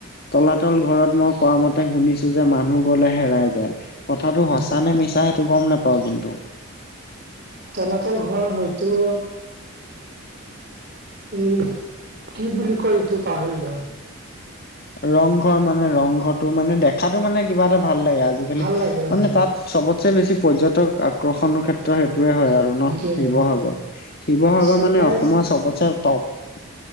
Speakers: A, on the left; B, on the right.
A: তলাতল ঘৰত মই কোৱা মতে শুনিছো যে মানুহ গলে হেৰাই যায়। কথাটো
B: মানুহ
A: সঁচা নে মিছা সেইটো গম নেপাওঁ কিন্তু।
B: তলাতৰ ঘৰ হয়তো- এই কি বুলি কয় এইটো পাহৰিলো।
A: ৰংঘৰ মানে ৰংঘৰটো মানে দেখাতো মানে কিবা এটা ভাল লাগে আজিকালি
B: ভাল লাগে
A: মানে
B: হয়
A: তাত- চবতচে বেছি পৰ্যটক আকৰ্ষণৰ ক্ষেত- ত্ৰ সেইটোৱে হয় আৰু ন
B: সেইটোৱে
A: শিৱসাগৰ।
B: হয়
A: শিৱসাগৰ
B: চৰকাৰে
A: মানে অসমৰ চবতে টপ।